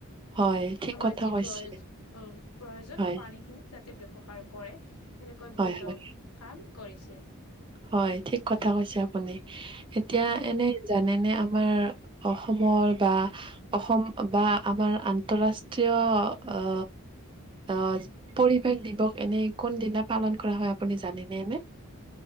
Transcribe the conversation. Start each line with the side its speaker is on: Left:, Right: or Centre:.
Right: হয়, ঠিক
Left: আমাৰ
Right: কথা
Left: যি
Right: কৈছে,
Left: প্ৰয় অ প্ৰয়োজন
Right: হয়,
Left: পানী খিনি <unintelligible> যাতে ব্যৱহাৰ কৰে সেনেকৈ
Right: হয়,
Left: বহুতো
Right: হয়,
Left: কাম কৰিছে।
Right: হয়। ঠিক কথা কৈছে আপুনি, এতিয়া
Left: উম
Right: এনে জানেনে? আমাৰ অসমৰ বা অসম বা আমাৰ আন্তঃৰাষ্ট্ৰীয় অ আহ পৰিৱেশ দিৱস এনে কোন দিনা পালন কৰা হয় আপুনি জানেনে নে